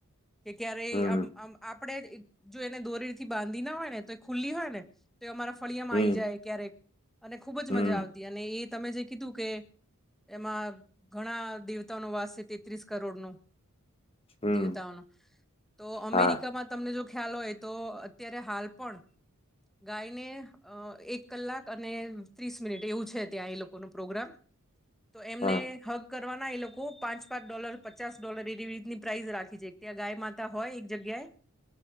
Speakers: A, in the centre; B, on the left.
A: કે ક્યારેય
B: હમ
A: આમ- આમ આપણેે જો એને દોરે થી બાંધી ના હોય ને તો એ ખુલ્લી હોય ને તો એ અમારા ફળિયામાં
B: હમ
A: આવી જાય ક્યારેક અને ખુબ જ
B: હમ
A: મજા આવતી. અને એ તમે જે કીધું કે એમાં ઘણા દેવતાઓનો વાસ છે તેત્રીસ કરોડ નો.
B: હમ
A: દેવતાઓનો. તો
B: હા
A: અમેરિકામાં તમને જો ખ્યાલ હોય તો અત્યારે હાલ પણ ગાયને અ એક કલાક અને ત્રીસ મિનિટ એવું છે ત્યાં એ લોકોનુ પ્રોગ્રામ. તો એમને
B: હા
A: હગ કરવાના એ લોકો પાંચ પાંચ ડોલર પચાસ ડોલર એવી રીતની પ્રાઇસ રાખે છે ત્યાં ગાય માતા હોય એક જગ્યાએ.